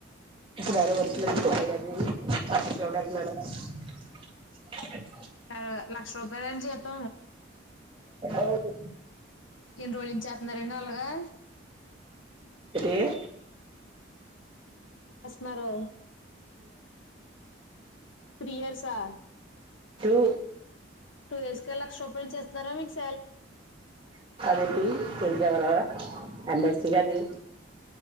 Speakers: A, on the right; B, on the left.
A: <unintelligible>
B: ఆ లక్ష రూపాయలని చెప్పి త
A: ఐదు
B: ఎన్ని రోజుల నుంచి చేస్తున్నారండి అలాగా
A: ఏ
B: మరే త్రీ ఇయర్సా
A: టూ
B: టూ ఇయర్స్ కే లక్ష రూపాయలు చేస్ జర మీక్స్
A: అదేటి <unintelligible> ఆ నర్సిగాడు